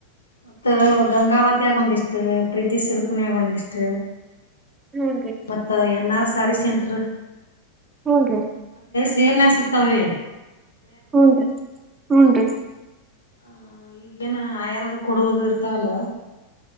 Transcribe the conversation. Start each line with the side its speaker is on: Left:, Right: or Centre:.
Left: ಮತ್ತ ಗಂಗಾವತ್ಯಾಗ ಒಂದಿಷ್ಟ ಪ್ರೀತಿ ಸಿಲ್ಕನ್ಯಾಗ ಒಂದಿಷ್ಟ
Right: ಹೂನ್ರಿ
Left: ಮತ್ತ N R C sari centre
Right: ಹ್ನ್ ರೀ
Left: ಸೇಲ್ ನ ಸಿಕ್ಕತ ಹೇ
Right: ಹ್ನ್ ರೀ ಹ್ನ್ ರೀ
Left: ಹ ಈಗ ಏನ ಆಯರದ ಕೊಡುವುದು ಇರ್ತಾವಲ್ಲ